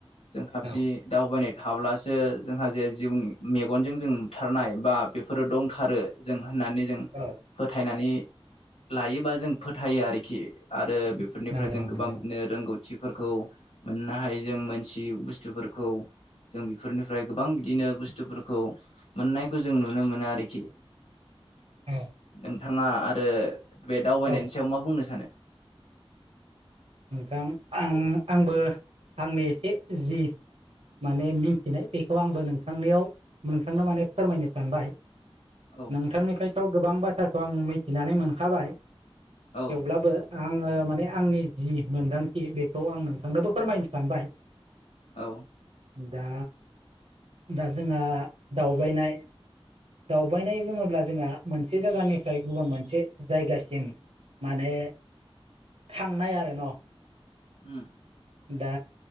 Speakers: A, on the left; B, on the right.
A: जों बिदि
B: औ
A: दावबायनाय थाल्बासो जोंहा जे जिउनि मेगनजों जों नुथारनाय बा बेफोरो दंथारो जोंहा होननानै जों
B: औ
A: फोथायनानै लायोबा जों फोथायो आरोखि आरो बेफोरनिफ्राय
B: नंगौ
A: जों गोबां
B: नंगौ
A: बिदिनो रोंगौथि ओंथिफोरखौ मोननो हायो जों मोनथियि बुस्थुफोरखौ जों बेफोरनिफ्राय गोबां बिदिनो बुस्थुफोरखौ मोननायखौ जों नु नुनो मोनो आरोखि
B: औ
A: नोंथाङा आरो बे दावबायनायनि
B: औ
A: सायाव मा बुंनो सानो
B: नोंथां आं आंबो आंनि एसे जि माने मिथिनाय बेखौ आंबो नोंथांनियाव नोंथांनो माने फोरमायनो सानबाय
A: औ
B: नोंथांनिफ्रायथ' गोबां बाथ्राखौ आं मिथिनानै मोनखाबाय
A: औ
B: थेवब्लाबो आङो माने आंनि जि मोनदांथि बेखौ आं नोंथांनोबो फोरमायनो सानबाय
A: औ
B: दा दा जोंहा दावबायनाय दावबायनाय बुङोब्ला जोंहा मोनसे जायगानिफ्राय गुबुन मोनसे जायगासिम माने थांनाय आरो न'
A: उम
B: दा